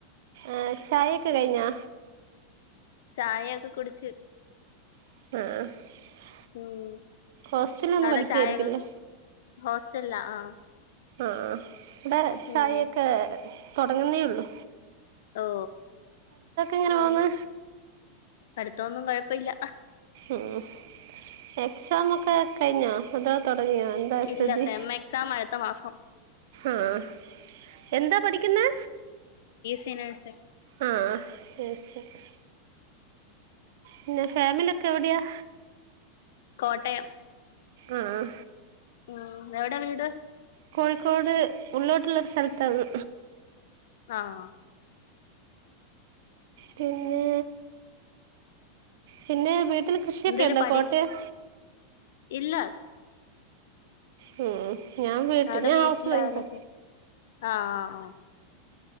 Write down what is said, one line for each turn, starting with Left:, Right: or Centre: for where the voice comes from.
Right: ആഹ് ചായൊക്കെ കയിഞ്ഞോ
Left: ചായയൊക്കെ കുടിച്ച്
Right: <unintelligible>
Left: ഉം
Right: ഹോസ്റ്റലിൽ നിന്ന്
Left: അവിടെ
Right: പഠിക്കുകയായിരിക്കില്ലേ
Left: ചായയൊക്കെ കു ഹോസ്റ്റല്‌ലാ ആഹ്
Right: ആഹ് ഇവിടെ ചായ
Left: ഉം
Right: ഒക്കെ തുടങ്ങുന്നേള്ളു
Left: ഓ
Right: എങ്ങനെ പോകുന്നു
Left: ഉ പടുത്തൊന്നും കൊഴപ്പല്ല
Right: ഉം എക്സാമൊക്കെ കഴിഞാ അതോ തൊ <unintelligible> എന്തായ
Left: ഇല്ല
Right: സ്ഥിതി
Left: സെം <unintelligible> മാസം
Right: ആഹ് എന്താ പഠിക്കുന്നെ
Left: ഫിനാൻസ്
Right: ആ എന്ന ശരി പിന്നെ ഫാമിലി ഒക്കെ എവിടെയാ
Left: കോട്ടയം
Right: ആഹ്
Left: ഉം എവിടാ വീട്
Right: കോഴിക്കോട് ഉള്ളിലോട്ടുള്ള സ്ഥലത്താണ്
Left: ആ ആഹ
Right: പിന്നെ പിന്നെ വീ- ഇതിൽ കൃഷിയൊക്കെ
Left: എന്തേലും
Right: ഉണ്ടോ
Left: പഠി
Right: കോട്ടയ-
Left: ഇല്ല
Right: മ് ഞാൻ വീട്ടൽ
Left: അവിടെ
Right: ഞാൻ
Left: വീട്ടിലാരൊക്കെ
Right: ഹൗസ് വൈഫ് ആ
Left: ആഹ് ആ ആ